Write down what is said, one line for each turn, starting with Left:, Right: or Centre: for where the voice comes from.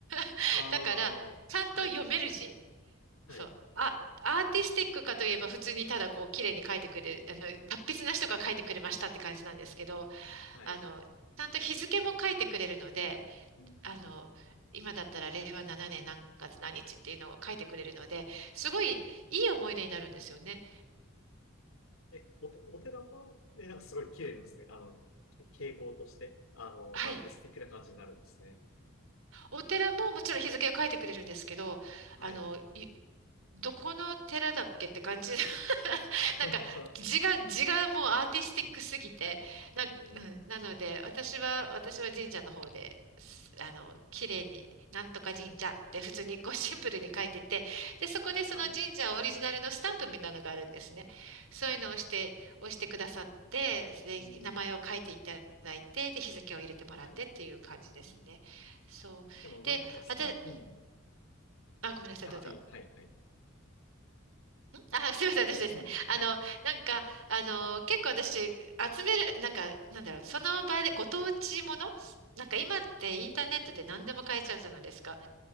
Right: <laughs>
Left: ああ、
Right: だから、ちゃんと読める字。
Left: はい、はい、
Right: そう。あ、アーティスティックかといえば普通にただこう綺麗に書いてくれる、あの、達筆な人が書いてくれましたって感じなんですけど、
Left: はい。
Right: あの、ちゃんと日付も書いてくれるので、
Left: うん
Right: あの、今だったら令和7年何月何日っていうのを書いてくれるので、すごいいい思い出になるんですよね。
Left: え、お、お寺は、ね、なんかすごい綺麗なんですね。あの、け傾向として、あの、
Right: はい。
Left: アーティスティックな感じになるんですね。
Right: お寺ももちろん日付を書いてくれるんですけど、
Left: はい。
Right: あの、いどこの寺だっけって感じ。<laughs>
Left: <laughs>
Right: なんか字が、字がもうアーティスティックすぎて。
Left: はい。
Right: なん、
Left: うん。
Right: うんなので、私は、私は神社の方で、すあの、綺麗に、なんとか神社って普通にこうシンプルに書いてて、で、そこでその神社オリジナルのスタンプみたいなのがあるんですね。
Left: はい。
Right: そういうのを押して、
Left: はい。
Right: 押してくださって、で、
Left: うん。
Right: 名前を書いていただいて、で、日付を入れてもらってっていう感じですね。
Left: はい。うん
Right: そう。
Left: でも、割とちょっとスタッフ、
Right: で、あ、で、
Left: うん。
Right: うんあ、ごめんなさい、
Left: あ、
Right: どうぞ。
Left: いい。はい、はい。
Right: あ、すみません、
Left: あうん。
Right: 私ですね。あの、
Left: はい。
Right: なんか、あの、結構私、集める、なんか、なんだろう、その場でご当地もの、なんか今ってインターネットで何でも買えちゃうじゃないですか。